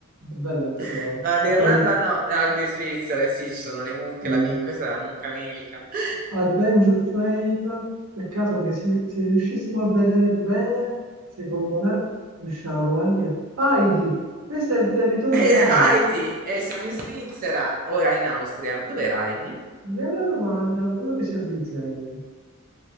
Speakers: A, on the right (about 70°); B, on the right (about 40°).
A: Bella questa,
B: <laughs> No, l'Irlanda
A: questa multa.
B: no, le Alpi svizzere, sì, ci sono le mucche,
A: Sì.
B: la mi- questa è la mucca Milka. <laughs>
A: Adventure Trail. Peccato che se, se riuscissimo a vedere bene, secondo me, riusciamo anche. Heidi, questo è il territorio
B: E
A: di Heidi.
B: Heidi, e siamo in Svizzera o in Austria. Dov'era Heidi?
A: Bella domanda, credo che sia Svizzera. che-